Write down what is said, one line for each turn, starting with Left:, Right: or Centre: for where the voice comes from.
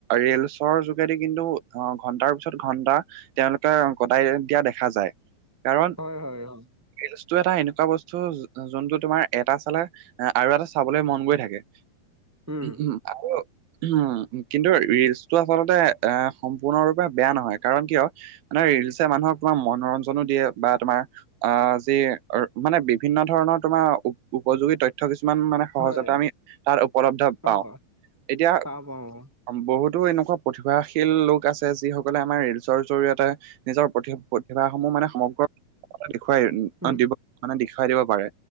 Right: ৰিলচৰ যোগেদি কিন্তু অ, ঘন্টাৰ পিছত ঘন্টা তেওঁ <unintelligible> কটাই দিয়া দেখা যায় কাৰণ
Centre: হয় হয় অ
Right: ৰিলচটো এটা এনেকুৱা বস্তু <unintelligible> যোনটো তোমাৰ এটা চালা আৰু এটা চাবলে মন গৈ থাকে।
Centre: উম
Right: <unintelligible> আৰু উম, কিন্তু ৰিলচটো আচলতে এ সম্পূৰ্ণৰূপে বেয়া নহয় কাৰণ কিয় মানে ৰিলছে মানুহক তোমাৰ মনোৰঞ্জনো দিয়ে বা তোমাৰ আহ যি মানে বি বিভিন্ন ধৰণৰ তোমাৰ উপযোগী তথ্য কিছুমান মানে সহজত
Centre: হয়
Right: আমি তাত উপলব্ধ পাওঁ
Centre: অ
Right: এতিয়া
Centre: পাওঁ পাওঁ অ
Right: সম বহুতো এনেকুৱা প্ৰতিভাশীল লোক আছে যিসকলে আমাৰ ৰিলচৰ জৰিয়তে নিজৰ প্ৰতি- প্ৰতিভাসমূহ মানে সমগ্ৰ দেখুৱাই <unintelligible>
Centre: উম
Right: দিব মানে দেখুৱাই দিব পাৰে